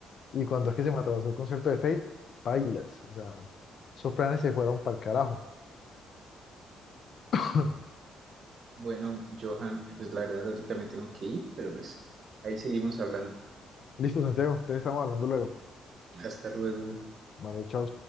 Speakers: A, on the left; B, on the right.
A: Y cuando es que se me atrasó el concierto de Fate, bailas. O sea, esos planes se fueron para el carajo. <laughs>
B: Bueno, Johan, pues la verdad ahorita me tengo que ir, pero pues ahí seguimos hablando.
A: Listo, Santiago, te estamos hablando luego.
B: Hasta luego.
A: Vale, chao.